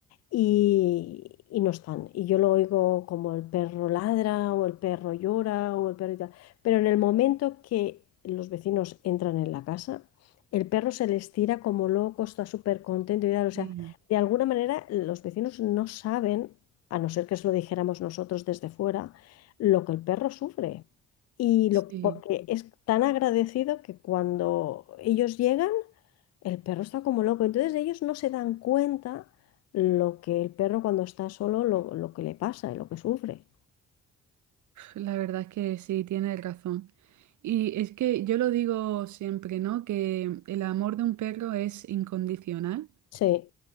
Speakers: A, on the left; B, on the right.
A: y, y no están. Y yo lo oigo como el perro ladra o el perro llora o el perro y tal. Pero en el momento que los vecinos entran en la casa, el perro se les tira como loco, está súper contento y tal. O sea,
B: Sí,
A: de alguna manera los vecinos no saben, a no ser que se lo dijéramos nosotros desde fuera, lo que el perro sufre. Y lo,
B: sí.
A: porque es tan agradecido que cuando ellos llegan, el perro está como loco, entonces ellos no se dan cuenta lo que el perro cuando está solo, lo, lo que le pasa y lo que sufre.
B: La verdad es que sí, tienes razón. Y es que yo lo digo siempre, ¿no? Que el amor de un perro es incondicional,
A: Sí,